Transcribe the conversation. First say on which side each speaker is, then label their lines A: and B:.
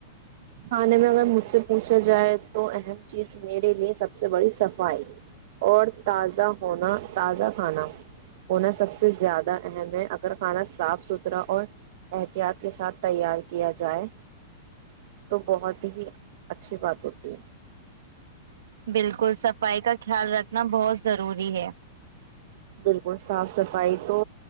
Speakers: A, on the right (about 55°); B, on the right (about 85°).
A: کھانے میں اگر مجھ سے پوچھا جائے تو اہم چیز میرے لیے سب سے بڑی صفائی اور تازہ ہونا تازہ کھانا ہونا سب سے زیادہ اہم ہے اگر کھانا صاف ستھرا اور احتیاط کے ساتھ تیار کیا جائے تو بہت ہی اچھی بات ہوتی ہے
B: بالکل صفائی کا خیال رکھنا بہت ضروری ہے
A: بالکل صاف صفائی تو